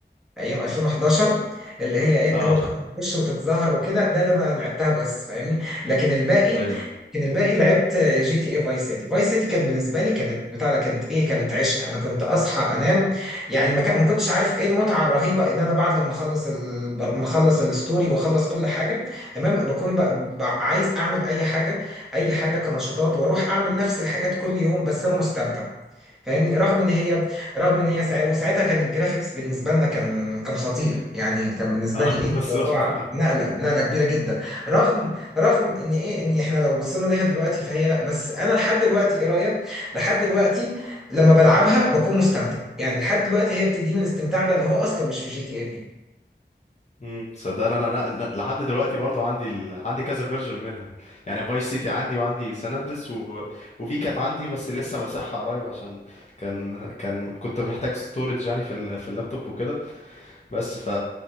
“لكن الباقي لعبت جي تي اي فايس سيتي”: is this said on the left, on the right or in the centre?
Centre